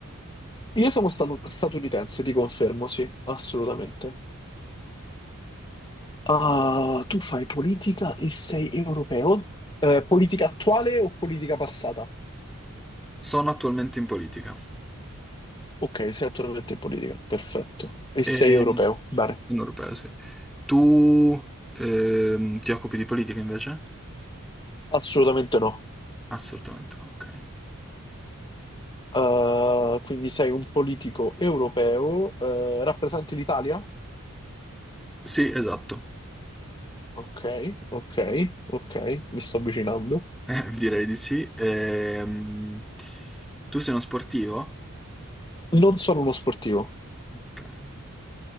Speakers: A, on the left; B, in the centre.
A: Io sono stanu- statunitense, ti confermo, sì, assolutamente. Ah, tu fai politica e sei europeo? Eh, politica attuale o politica passata?
B: Sono attualmente in politica.
A: Ok, sei attualmente in politica, perfetto. E
B: E...
A: sei europeo? Bene,
B: Sono europeo, sì. Tu ehm, ti occupi di politica invece?
A: assolutamente no.
B: Assolutamente no, ok.
A: Eh, quindi sei un politico europeo, eh, rappresenti l'Italia?
B: Sì, esatto.
A: Ok, ok, ok, mi sto avvicinando.
B: <laughs> Eh, direi di sì. Ehm, tu sei uno sportivo?
A: Non sono uno sportivo.
B: Ok.